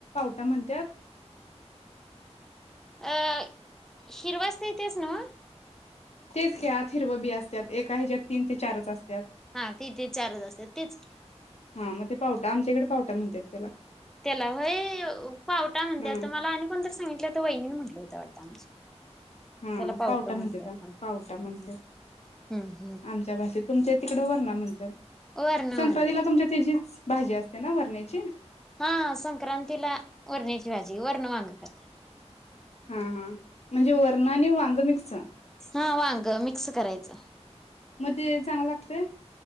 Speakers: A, on the left; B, in the centre.
A: आता म्हणत्यात.
B: अ हिरवाच देतेस नव्ह.
A: तेच आत हिरव बी असत्यात एका ह्याच्यात तीन ते चारच असत्यात.
B: हा ती ते चारच असत्यात तेच
A: हा मग ते पावटा आमच्याकडे पावटा म्हणत्यात त्याला.
B: त्याला व्हय पावटा म्हणते
A: हा
B: आता मला आणि कोणत सांगितलं तर व नी म्हंटलं होत वाटतं आमच्या.
A: हा
B: त्याला पावट
A: पावटा
B: म्हणत्यात
A: म्हणजे
B: हा.
A: पावटा म्हणत्यात
B: हम्म हम्म.
A: आमच्या भाषेत तुमचे तिकडं वरणा म्हणत्यात.
B: वरण म्हणत्यात
A: संक्रांतीला तुमच्या तेजीच भाजी असते ना वरण्याची.
B: हा संक्रांतीला वरण्याची भाजी वर्ण वांग करतात.
A: हा म्हणजे वर्ण आणि वांग मिक्स
B: हा वांग मिक्स करायचं.
A: म ते चांगल लागतय.